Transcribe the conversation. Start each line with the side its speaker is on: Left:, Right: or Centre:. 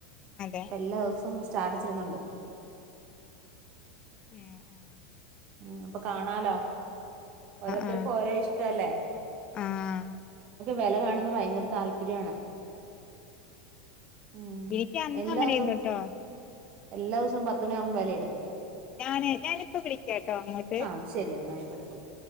Left: അതെ
Right: ഇപ്പ എല്ലാ ദിവസോ സോം സ്റ്റാറ്റസ് ഇടുന്നുണ്ട്
Left: ഉം ഉം
Right: ഉം അപ്പൊ കാണാലോ ഓരോത്തർക്കും
Left: ആഹ്
Right: ഓരോ ഇഷ്ടല്ലേ
Left: ആഹ്
Right: വല കാണുന്നത് ഭയങ്കര താല്പര്യാണ് ഉം
Left: എനിക്ക് അന്നും
Right: എല്ലാ
Left: അങ്ങനെയായിരുന്നുട്ടോ
Right: ദിവസോം എല്ലാ ദിവസോം പത്ത് മണിയാവുമ്പ വലയിടും
Left: ഞാന് ഞാനിപ്പ വിളിക്കാട്ടോ അങ്ങോട്ട്
Right: ആഹ് ശരി എന്നാ ആയിക്കോട്ടെ ഇപ്പോ വിളി